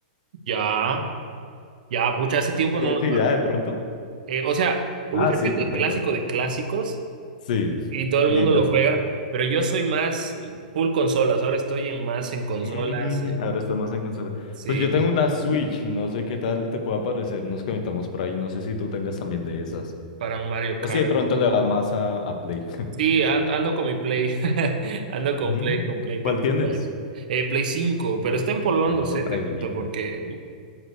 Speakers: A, on the right (about 70°); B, on the left (about 60°).
A: Ya, ya, pucha, hace tiempo
B: ¿Tienes
A: no.
B: idea de pronto?
A: Eh, o sea, ubicas
B: Ah, sí,
A: que es
B: perfecto.
A: el clásico de clásicos
B: Sí,
A: y todo el
B: literal.
A: mundo lo juega, pero yo soy más mm, full consolas. Ahora estoy en más en consolas,
B: Mm,
A: eh,
B: ahora estamos en consola.
A: sí,
B: Pues yo tengo una Switch, no sé qué tal te pueda parecer. Nos conectamos por ahí, no sé si tú tengas también de esas.
A: para un Mario
B: O
A: Kart.
B: si de pronto le vas más a, a Play. <laughs>
A: Sí, ando, ando con mi Play, <laughs> ando con
B: Mm,
A: Play, con Play pendiente
B: ¿Cuál tienes?
A: a eso. Eh, Play 5, pero está empolvándose,
B: No, re
A: te cuento,
B: bien.
A: porque